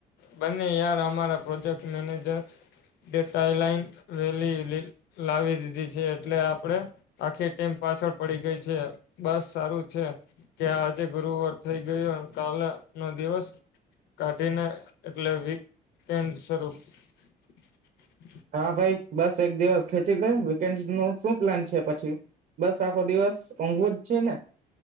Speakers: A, on the left (about 80°); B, on the right (about 50°).
A: બંને યાર અમારા પ્રોજેક્ટ મેનેજર ડેટા લાઈન રેલી લાવી દીધી છે એટલે આપણે આખી ટીમ પાછળ પડી ગઈ છે બસ સારું છે કે આજે ગુરુવર થઈ ગયું તાને નો દિવસ કા <unintelligible> એટલે <unintelligible> <inaudible>
B: હા ભાઈ બસ એક દિવસ ખેચી લે વીકેન્ડ નું શું પ્લાન છે પછી, બસ આખો દિવસ ઊંઘું જ છે ને?